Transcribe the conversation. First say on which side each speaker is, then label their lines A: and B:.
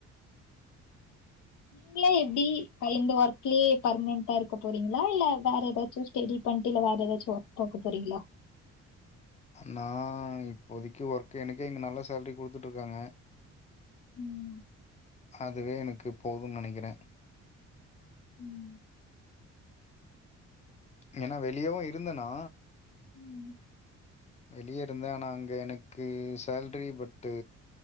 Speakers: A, on the left; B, on the left.
A: நீங்கலா எப்டி இப்ப இந்த ஒர்க்லயே பர்மனண்டா இருக்க போறீங்களா இல்ல வேற ஏதாச்சு சூஸ் தெடி பண்ட்டு இல்ல வேற எதாச்சு ஒர்க் பாக்க போறீங்ளா
B: நா இப்போதைக்கு ஒர்க் எனக்கெ இங்க நல்ல சேலரி குடுத்துட்ருக்காங்க
A: ம்
B: அதுவே எனக்கு போது நெனைக்கிறே
A: ம்
B: ஏனா வெளியவு இருந்தனா
A: ம்
B: வெளிய இருந்தே ஆனா அங்கே எனக்கு சேல்ரி பட்டு